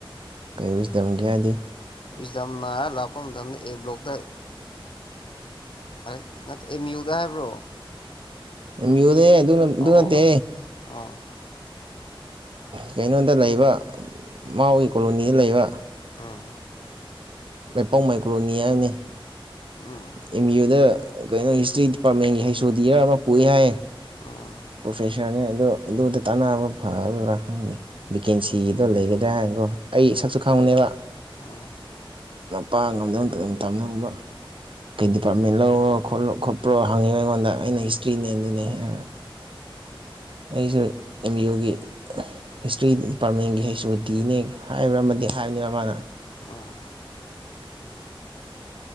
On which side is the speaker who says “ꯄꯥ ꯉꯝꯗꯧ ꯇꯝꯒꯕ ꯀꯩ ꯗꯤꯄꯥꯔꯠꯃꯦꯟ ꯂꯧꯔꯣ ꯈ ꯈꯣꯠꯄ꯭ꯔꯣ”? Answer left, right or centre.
Right